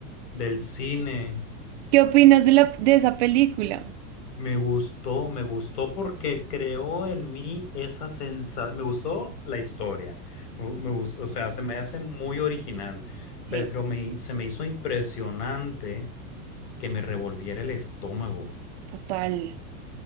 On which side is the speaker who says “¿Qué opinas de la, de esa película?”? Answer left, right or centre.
Right